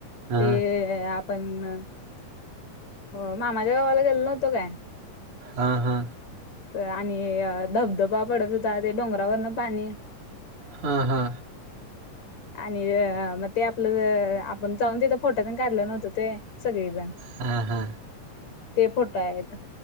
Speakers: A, on the right; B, on the left.
A: हा
B: ते, आपण हो.. मामाझ्या गावाला गेलो नव्हतो काय.
A: हा हा,
B: आणि, धबधबा पडत होेतात ते डोंगरावरन पाणी
A: हा हा,
B: आणि, मग ते आपलं आपण तिथं फोटा काढलं नव्हतं ते सगळेजण
A: हां हां,
B: ते फोटं आहेत.